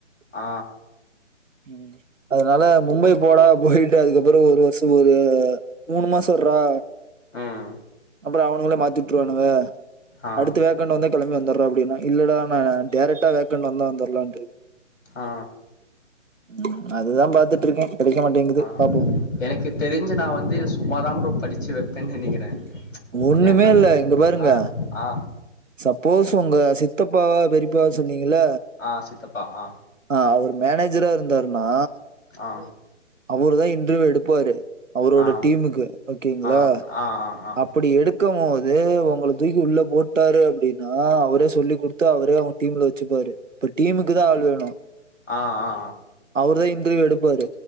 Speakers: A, on the left (about 85°); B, on the right (about 80°).
A: ஆ
B: ம் அதனால மும்பை போடா போயிட்டு அதுக்கப்பற ஒரு வர்ஷ ஒரு மூணு மாச இர்றா
A: ம்
B: அப்பற அவனுங்களே மாத்தி வுட்டுருவானுங்க
A: ஆ
B: அடுத்த வேக் க்கண்ட் வந்தா கெளம்பி வந்துர்றோ அப்டின்னே இல்லடா நானு டேரக்டா வேகண்ட் வந்த வந்துர்லாண்ட்டு
A: ஆ
B: ம் அதுதா பாத்துட்ருக்கே கெடைக்க மாட்டேங்குது
A: ஆ
B: பாப்போ
A: எனக்கு தெரிஞ்சு நாவந்து சும்மா தா ப்ரோ படிச்சு வெப் பேன் நெனைக்கிறே
B: ஒண்ணுமே
A: ஏனா
B: இல்ல இங்க பாருங்க
A: ஆ ஆ
B: சப்போஸ் ஒங்க சித்தப்பாவா பெரியப்பா சொன்னீங்கல்ல
A: ஆ சித்தப்பா ஆ
B: ஆ அவர் மேனேஜரா இருந்தாருன்னா
A: ஆ
B: அவரு தா இன்டர்வியூ எடுப்பாரு அவரோட
A: ஆ
B: டீமுக்கு ஓகேங்களா
A: ஆ ஆ ஆ ஆ
B: அப்படி எடு க்கும்போது ஒங்கள தூக்கி உள்ள போட்டாரு அப்படின்னா அவரே சொல்லி குடுத்து அவரே அவங்க டீம்ல வச்சுப்பாரு இப்ப டீமுக்கு தா ஆள் வேணு
A: ஆ ஆ
B: அவரு தா இன்டர்வியூ எடுப்பாரு